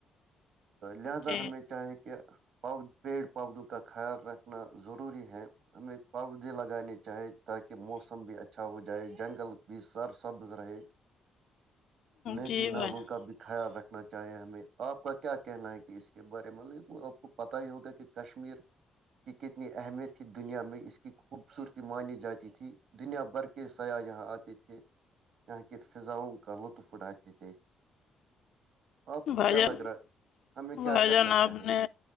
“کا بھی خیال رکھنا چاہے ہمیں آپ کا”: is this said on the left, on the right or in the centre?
Right